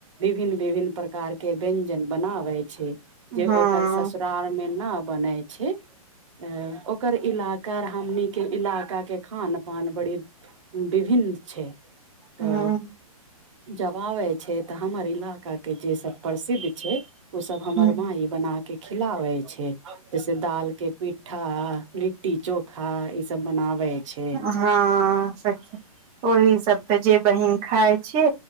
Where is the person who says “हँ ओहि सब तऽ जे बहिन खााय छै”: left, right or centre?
Right